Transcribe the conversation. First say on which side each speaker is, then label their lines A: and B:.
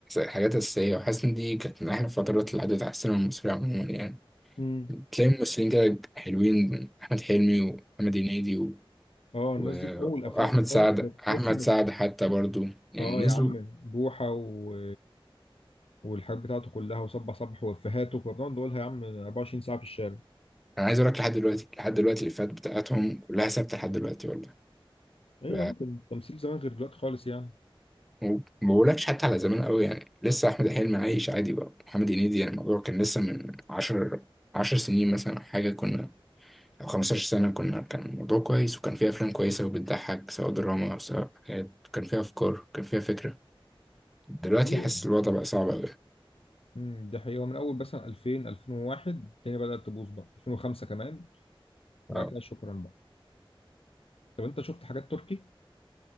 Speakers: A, in the centre; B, on the left (about 80°).
A: حاجات أساسية وحاسس إن دي كانت من أحلى الفترات اللي عدت على السينما المصرية عموما يعني
B: امم
A: تلاقي ممثلين كده حلوين أحمد حلمي ومحمد هنيدي و...
B: اه الناس
A: و-
B: دي في اول افلام
A: وأحمد سعد
B: خالص كانت تحس
A: أحمد
B: ان
A: سعد حتى برضو يعني
B: اه يا
A: نزلوا
B: عم بوحه و... والحاجات بتاعته كلها وصبح صبح وافيهاته كنا بنقعد نقولها يا عم 24 ساعه في الشارع
A: أنا عايز أقول لك لحد دلوقتي لحد دلوقتي الإفيهات بتاعتهم كلها ثابتة لحد دلوقتي والله
B: ايوه
A: ف
B: يا عم كان التمثيل زمان غير دلوقتي خالص يعني
A: وما بقولكش حتى على زمان قوي يعني لسه أحمد حلمي عايش عادي بقى محمد هنيدي يعني الموضوع كان لسه من عشر عشر سنين مثلا أو حاجة كنا أو خمستاشر سنة كنا كان الموضوع كويس وكان فيها أفلام كويسة وبتضحك سواء دراما أو سواء حاجات كان فيها أفكار كان فيها فكرة دلوقتي
B: ايوه
A: حاسس الوضع بقى صعب أوي
B: امم ده حقيقي هو من اول مثلا 2000 2001 الدنيا بدات تبوظ بقى 2005 كمان وبعد
A: اه
B: كده شكرا طب انت شفت حاجات تركي؟